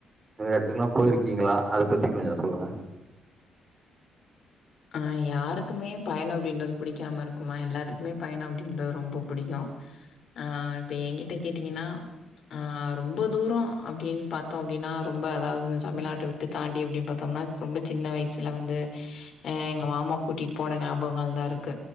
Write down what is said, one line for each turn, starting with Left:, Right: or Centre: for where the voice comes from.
Right: இந்த மாரி எடத்துக்ல்லா போயிருக்கீங்ளா அத பத்தி கொஞ்ச சொல்லுங்க
Left: ஆ யாருக்குமே பயணம் அப்டின்றது புடிக்காம இருக்குமா எல்லாத்துக்குமே பயணம் அப்டின்றது ரொம்ப புடிக்கும் ஆ இப்ப என்கிட்ட கேட்டீங்கனா ஆ ரொம்ப தூரொ அப்டின் பாத்தோ அப்டின்னா ரொம்ப அதாவ்து தமிழ்நாட்ட விட்டு தாண்டி அப்டி பாத்தோம்னா ரொம்ப சின்ன வயசுல வந்து எங்க மாமா கூட்டிட்டு போன ஞாபகங்கள் தா‌இருக்கு